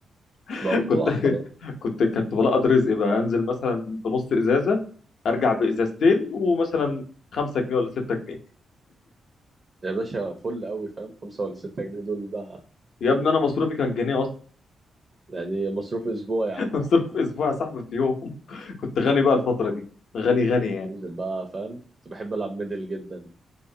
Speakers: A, on the left; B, on the right.
A: <laughs>
B: بقوا بتوعك
A: كنت
B: خلاص
A: كنت كنت بلقط رزقي بقى انزل مثلا بنص ازازه ارجع بازازتين ومثلا 5 جنيه ولا 6 جنيه
B: يا باشا فل قوي فاهم خمسة ولا ستة جنيه دول بقى
A: يا ابني انا مصروفي كان جنيه اصلا
B: يعني مصروف اسبوع يا
A: <laughs>
B: عم
A: مصروف اسبوع يا صاحبي في يوم كنت غني بقى الفتره دي غني غني يعني
B: ننزل بقى فاهم كنت بحب العب ميدل جدا